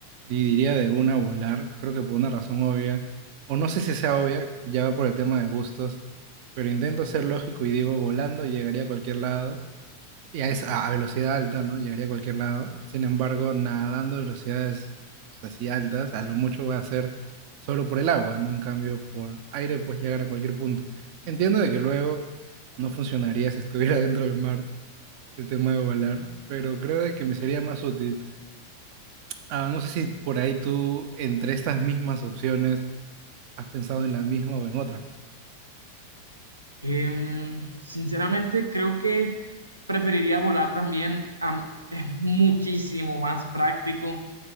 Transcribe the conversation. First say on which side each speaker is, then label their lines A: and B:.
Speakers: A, on the right (about 45°); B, on the right (about 80°).
A: y diría de una volar, creo que por una razón obvia, o no sé si sea obvia, ya va por el tema de gustos, pero intento ser lógico y digo volando llegaría a cualquier lado y a, esa, a velocidad alta, ¿no? Llegaría a cualquier lado. Sin embargo, nadando a velocidades así altas, a lo mucho va a ser solo por el agua, ¿no? En cambio, por aire puedes llegar a cualquier punto. Entiendo de que luego no funcionaría si estuviera <laughs> dentro del mar el tema de volar, pero creo de que me sería más útil. Ah, no sé si por ahí tú, entre estas mismas opciones, has pensado en la misma o en otra.
B: Em, sinceramente, creo que preferiría volar también. am- es muchísimo más práctico.